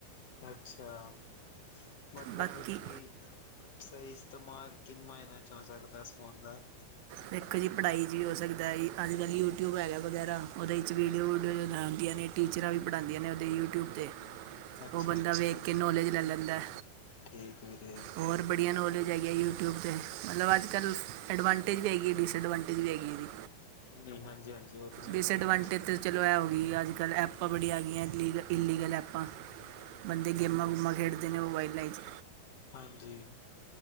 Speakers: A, on the left; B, on the right.
A: ਅੱਛਾ, ਮਤਲਬ
B: ਬਾਕੀ
A: ਕਿ ਸਹੀ ਇਸਤੇਮਾਲ ਕਿੰਨ ਮਾਇਨਾਂ ਚ ਹੋ ਸਕਦੈ, ਇਸ ਫੋਨ ਦਾ?
B: ਤੇਖੋ ਜੀ ਪੜ੍ਹਾਈ 'ਚ ਵੀ ਹੋ ਸਕਦੈ ਈ। ਅੱਜ-ਕੱਲ੍ਹ ਯੂਟਿਊਬ ਹੈਗਾ ਵਗੈਰਾ ਓਦੇ ਇਚ ਵੀਡੀਓ-ਵੂਡੀਓ ਜਦੋ ਆੰਦੀਆਂ ਨੇ ਟੀਚਰਾਂ ਵੀ ਪੜ੍ਹਾਦੀਆਂ ਨੇ ਓਦੇ ਯੂਟਿਊਬ ਤੇ।
A: ਅੱਛਾ
B: ਓ ਬੰਦਾ
A: ਜੀ
B: ਵੇਖ ਕੇ ਨੌੇਲੇਜ ਲੈ ਲੈਂਦੈ।
A: ਠੀਕ ਵੀਰੇ
B: ਹੋਰ ਬੜੀਆਂ ਨੌਲੇਜ ਹੈਗੀਐ ਯੂਟਿਊਬ ਤੇ। ਮਤਲਬ ਅੱਜ-ਕੱਲ ਐਡਵਾਣ ਟੇਜ ਵੀ ਹੈਗੀ ਏ ਤੇ ਡਿਸਐਡਵਾਂਟੇਜ ਵੀ ਹੈਗੀ ਏ ਏਦੀ।
A: ਨਹੀਂ ਹਾਂਜੀ ਹਾਂਜੀ ਉਹ ਤਾਂ ਮੈਨੂੰ
B: ਡਿਸਐਡਵਾਂਟੇਜ
A: ਪਤਾ
B: ਤ ਚਲੋ ਐ ਹੋ ਗੀ ਅੱਜ-ਕੱਲ ਐਪਾਂ ਬੜੀਆਂ ਆ ਗੀਐ ਲੀਗ ਇਲੀਗਲ ਐਪਾਂ। ਬੰਦੇ ਗੇਮਾਂ-ਗੁਮਾਂ ਖੇਡਦੇ ਨੇ ਮੋਬਾਈਲਾਂ ਇਚ।
A: ਹਾਂਜੀ,